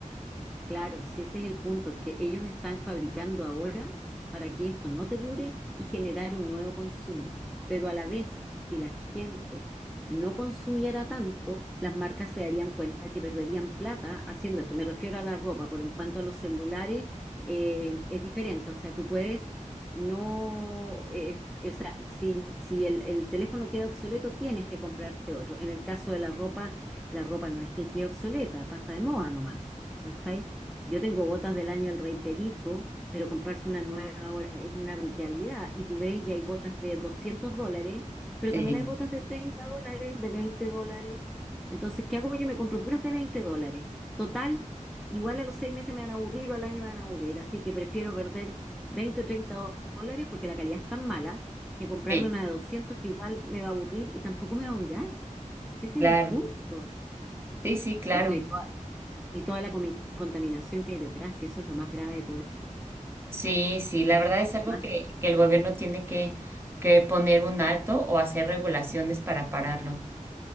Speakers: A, in the centre; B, on the right.
A: Claro, si ese es el punto, que ellos están fabricando ahora para que esto no te dure y generar un nuevo consumo. Pero a la vez, si la gente no consumiera tanto, las marcas se darían cuenta que perderían plata haciendo esto. Me refiero a la ropa, por en cuanto a los celulares, eh, es diferente. O sea, tú puedes no, eh, eh, o sea, si, si el, el teléfono queda obsoleto, tienes que comprarte otro. En el caso de la ropa, la ropa no es que quede obsoleta, pasa de moda nomás. ¿Cachai? Yo tengo botas del año El Rey Perico, pero comprarse una nueva ahora es una brutalidad. Y tú ves, y hay botas de 200 dólares, pero
B: Sí,
A: también hay botas de 30 dólares, de 20 dólares. Entonces, ¿qué hago yo? Me compro puras de 20 dólares. Total, igual a los seis meses me van a aburrir o al año me van a aburrir. Así que prefiero perder veinte o treinta dólares porque la calidad es tan mala que comprarme
B: sí,
A: una de 200 que igual me va a aburrir y tampoco me va a durar. Ese
B: claro.
A: es el punto.
B: Sí, sí, claro.
A: Bueno, y y toda la comi- contaminación que hay detrás, y eso es lo más grave de todo esto.
B: Sí, sí, la verdad es algo
A: Más
B: que,
A: de-
B: que el gobierno tiene que, que poner un alto o hacer regulaciones para pararlo.